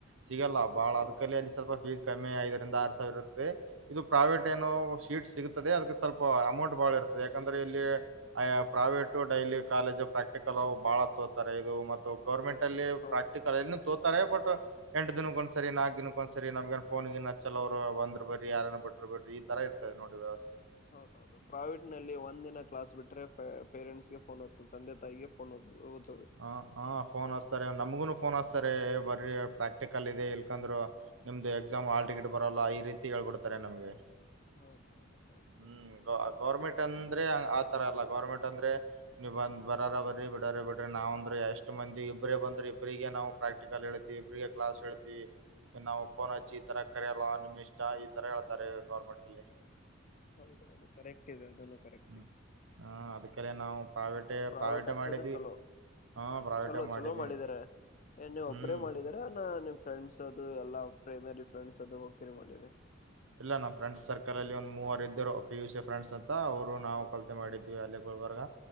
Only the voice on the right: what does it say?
ಸಿಗಲ್ಲ ಬಾಳ
ಅದಕಲ್ಲಿ ಅಲ್ಲಿ ಸ್ವಲ್ಪ ಫೀಸ್ ಕಮ್ಮಿ ಐದರಿಂದ ಆರ್ ಅಂತಾ ಇರುತ್ತೆ ಇದು ಪ್ರೈವೇಟ್ ಏನೋ ಶೀಟ್ ಸಿಗತದೆ ಅದಕ್ಕೆ ಸ್ವಲ್ಪ ಅಮೌಂಟ್ ಬಹಳ ಇರ್ತದೆ ಯಾಕಂದ್ರೆ ಇಲ್ಲಿ ಅಯ ಪ್ರೈವೇಟು ಡೈಲಿ ಕಾಲೇಜು ಪ್ರಾಕ್ಟಿಕಲ್ ಬಹಳ ತೋತಾರೆ ಇದು ಮತ್ತು ಗೌರ್ಮೆಂಟ್ ಪ್ರೈವೇಟಲ್ಲಿ
ಪ್ರಾಕ್ಟಿಕಲ್ ಇನ್ನೂ ತೋ ತೋತಾರೆ ಬಟ್ ಎಂಟ ದಿನಕ್ಕ ಒಂದಸರಿ ನಾಲ್ಕ್ ದಿನಕ್ಕ ಒಂದ್ಸರಿ ನಮ್ಗನ್ ಫೋನ್ ಗಿನ್ ಹಚ್ಚಲ್ಲ ಅವರು ಬಂದ್ರ್ ಬರ್ರಿ ಯಾರನ್ ಬಿಟ್ಟ್ರ ಬಿಡ್ರಿ ಈ ತರ ಇರ್ತದೆ ನೋಡಿ ವ್ಯವಸ್ಥೆ.
ಹ ಹ ಫೋನ್ ಹಚ್ ತ್ತಾರೆ ನಮ್ಗುನು ಫೋನ್ ಹಚ್ಚತಾರೆ ಬರ್ರ ಪ್ರಾಕ್ಟಿಕಲ್ ಇದೆ ಇಲ್ಕಂದ್ರರು ನಿಮ್ದು ಎಕ್ಸಾಮ್ ಹಾಲ್ ಟಿಕೆಟ್ ಬರಲ್ಲ ಈ ರೀತಿ ಹೇಳ್ಬಿಡ್ತಾರೆ ನಮ್ಗೆ.
ಹ್ಮ್
ಗೌ ಗೌರ್ಮೆಂಟ್ ಅಂತ ಅಂದ್ರೆ ಆ ತರ ಅಲ್ಲ ಗವರ್ಮೆಂಟ್ ಅಂದ್ರೆ ನೀವ ಬಂದ ಬರರ ಬರಿ ಬಿಡರೆ ಬಿಡ್. ನಾವ್ ಅಂದ್ರೆ ಎಷ್ಟ್ ಮಂದಿ ಇಬ್ಬ್ರೇ ಬಂದ್ರೆ ಇಬ್ರಿಗೆ ನಾವು ಪ್ರಾಕ್ಟಿಕಲ್ ಹೇಳ್ತಿ ಇಬರಿಗೆ ಕ್ಲಾಸ್ ಹೇಳ್ತಿ ನಾವು ಫೋನ್ಚ್ಚಿ ಈ ತರ ಕರೆಯಲ್ಲ ನಿಮ್ ಇಷ್ಟ ಈ ತರ ಹೇಳ್ತಾರೆ ಗೌರ್ಮೆಂಟ್ಲ್ಲಿ.
ಹ್ಮ್
ಹ ಅದಕಲೆ ನಾವು ಪ್ರೈವೇಟೇ
ಪ್ರೈವೇಟೇ
ಮಾಡಿದ್ವಿ
ಹ ಪ್ರೈವೇಟೇ
ಮಾಡಿದ್ವಿ
ಹ್ಮ್
ಇಲ್ಲ ನಮ್ಮ್ ಫ್ರೆಂಡ್ಸ್ ಸರ್ಕಲ್ ಅಲ್ಲಿ ಒಂದ್ ಮೂವರು ಇದ್ದರು ಪಿ ಯು ಸಿ ಫ್ರೆಂಡ್ಸ್ ಅಂತ ಅವ್ರು ನಾವು ಕಲ್ತೆ ಮಾಡಿದ್ವಿ ಅಲ್ಲಿ ಗುಲ್ಬರ್ಗ